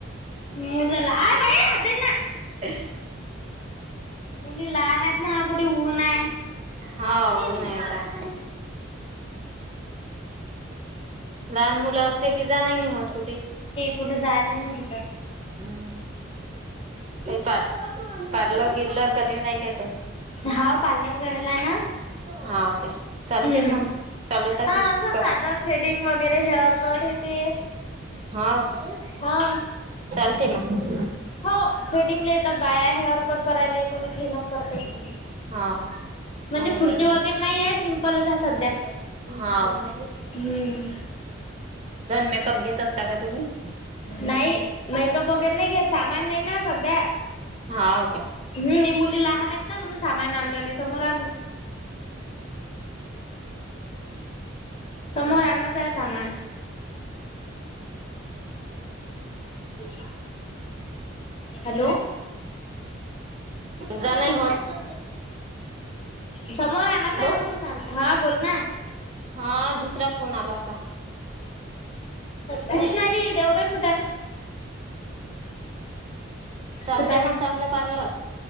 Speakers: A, on the left (about 30°); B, on the right (about 30°).
A: मुल ला, आ बाई हात धुईल ना.
B: <unintelligible>
A: मुली लहान आहेत ना. कुठे ऊन हायं.
B: हा ऊन आहे आता. लहान मुलं असले कि जाणही नाही होत कुठे.
A: कुठं जायले नाही भेटतं.
B: हं. काही पार पार्लर गिरलर करेल आहे का काही?
A: हा पार्लर करेल आहे ना.
B: हा काय चालते
A: हं.
B: मग चालवता
A: हा
B: की
A: असं
B: कॉल
A: साधं थ्रेडिंग वगैरे हेअर कट हे ते.
B: हाव का
A: हा.
B: चालते मग
A: हो थ्रेडिंगला येतात बाया. हेअर कट करायले कोणी क्लीनअप करते.
B: हा हो
A: म्हणजे
B: मग
A: खुर्चे वगैरे
B: हे
A: नाहीये. सिम्पलच आहे सध्या.
B: हा काय?
A: हं,
B: मेकअप घेत असता का तुम्ही
A: नाही. मेकअप वगैरे नाही काही, सामान नाही ना सध्या.
B: हाऊ काय?
A: हम्म हे मुली लहान आहेत ना म्हणून सामान आणलं नाही, समोर आणू. समोर आणणंच आहे सामान. <inaudible> हॅलो
B: जा नाही होत
A: समोर आणायचं
B: हॅलो
A: आहे म्हटलं सामान हा बोल ना
B: हा दुसरा फोन आला होता.
A: कृष्णाली येईल देवबाई फुटाने
B: चालते
A: फुटाणे
B: मग चांगलं पार्लर